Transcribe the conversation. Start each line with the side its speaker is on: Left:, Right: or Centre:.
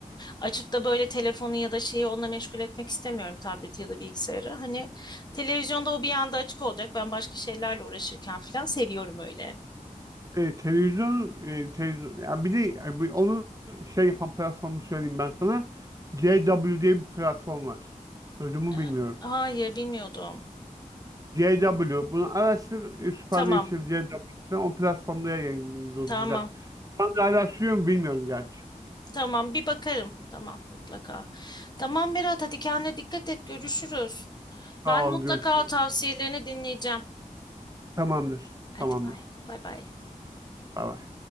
Left: Açıp da böyle telefonu ya da şeyi onunla meşgul etmek istemiyorum tableti ya da bilgisayarı. Hani televizyonda o bir anda açık olacak. Ben başka şeylerle uğraşırken falan seviyorum öyle.
Right: E, televizyon, e, televizyon ya bir de e, bir- onun şey yapan platformu söyleyeyim ben sana. CW diye bir platform var. Duydun mu
Left: Ee,
Right: bilmiyorum.
Left: Hayır, bilmiyordum.
Right: CW. Bunu araştır. e, Supernatural
Left: Tamam,
Right: CW falan. O platformda yayınlıyor
Left: tamam.
Right: diziler. Ben de hala sürüyor mu bilmiyorum gerçi.
Left: Tamam bir bakarım. Tamam mutlaka. Tamam Berat hadi kendine dikkat et görüşürüz.
Right: Sağ
Left: Ben mutlaka
Right: ol. Görüşürüz.
Left: tavsiyelerini dinleyeceğim.
Right: Tamamdır.
Left: Hadi
Right: Tamamdır.
Left: bay bay bay.
Right: Bay bay.